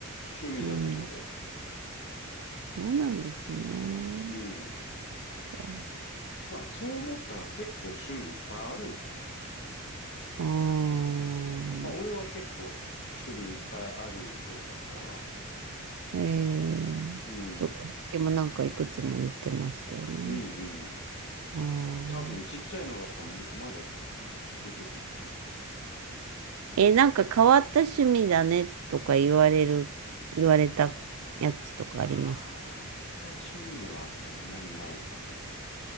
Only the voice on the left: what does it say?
趣味だと思うよ。
うん。
まあ、そう思ったら結構趣味いっぱいあるんじゃない
まあ、俺は結構趣味いっぱいある方だから、
うん、
うん、うん。
多分ちっちゃいのだったらもまだ出てくると思う。
変わった趣味はそんなにないかもな。